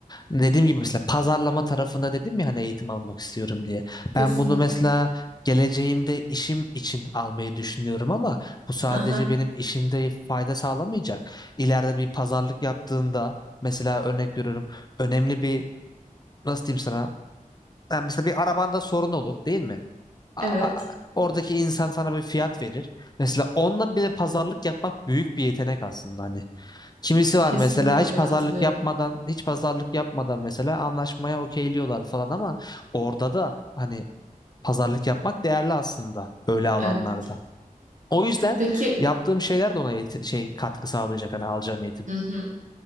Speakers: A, on the left; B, on the right.
A: Dediğim gibi mesela pazarlama tarafında dedim ya hani eğitim almak istiyorum diye.
B: kesinlikle.
A: Ben bunu mesela geleceğimde işim için almayı düşünüyorum ama bu sadece
B: Hı hı,
A: benim işimde fayda sağlamayacak. İleride bir pazarlık yaptığında mesela örnek veriyorum önemli bir nasıl diyeyim sana? Yani mesela bir arabanda sorun olur değil mi? a-
B: evet,
A: a- oradaki insan sana bir fiyat verir. Mesela onunla bile pazarlık yapmak büyük bir yetenek aslında hani. Kimisi var
B: kesinlikle
A: mesela hiç pazarlık
B: katılıyorum.
A: yapmadan, hiç pazarlık yapmadan mesela anlaşmaya okeyliyorlar falan ama orada da hani pazarlık yapmak değerli aslında öyle alanlarda.
B: Evet.
A: O yüzden
B: Peki.
A: yaptığım şeyler de ona yet- şey katkı sağlayacak hani alacağım eğitim.
B: Hı hı.